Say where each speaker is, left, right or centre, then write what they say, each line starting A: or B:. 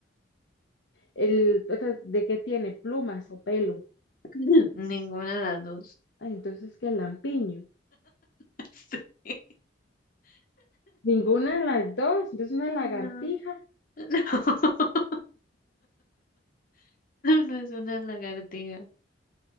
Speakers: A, on the left; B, on the left.
A: El, otra, ¿de qué tiene? ¿Plumas o pelo?
B: <laughs> Ninguna de las dos.
A: Ay, entonces, ¿qué lampiño?
B: <laughs> Sí.
A: Ninguna de las dos. Entonces, una lagartija,
B: No, no, <laughs> no es una lagartija.